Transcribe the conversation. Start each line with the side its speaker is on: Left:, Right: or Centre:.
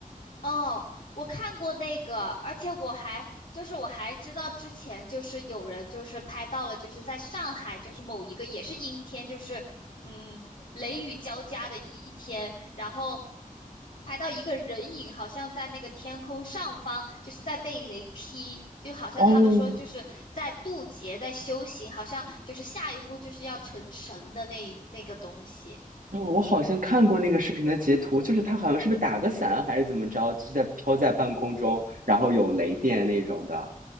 Left: 哦，我看过那个，而且我还就是我还知道之前就是有人就是拍到了，就是在上海就是某一个也是阴天，就是嗯雷雨交加的一一天，然后拍到一个人影好像在那个天空上方，就是在被雷劈，就好像他们说就是在渡劫，
Right: 哦，
Left: 在修行，好像就是下一步就是要成神的那一那个东西。
Right: 嗯，我好像看过那个视频的截图，就是他好像是不是打个伞还是怎么着，就在飘在半空中，然后有雷电那种的。
Left: 嗯。